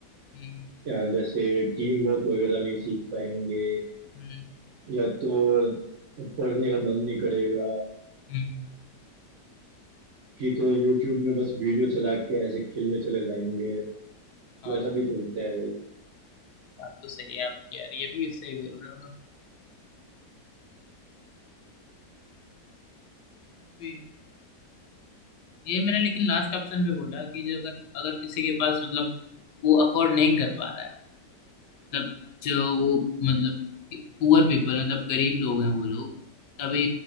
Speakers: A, on the left; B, on the right.
A: हम्म
B: अ, जैसे टीम वर्क वगैरह नहीं सीख पाएंगे
A: हम्म
B: या तो पढ़ने का मन नहीं करेगा
A: हम्म,
B: कि तो यूट्यूब में बस वीडियो चला के ऐसे खेलने चले जाएंगे
A: हाँ
B: वैसा भी तो होता है भाई
A: बात तो सही है आपकी यार ये भी सही बोल रहे हो आप भी। ये मैंने लेकिन लास्ट ऑप्शन पे बोला कि जो अगर अगर किसी के पास मतलब वो अफोर्ड नहीं कर पा रहा है मतलब जो वो मतलब पुअर पीपल मतलब गरीब लोग हैं वो लोग तभी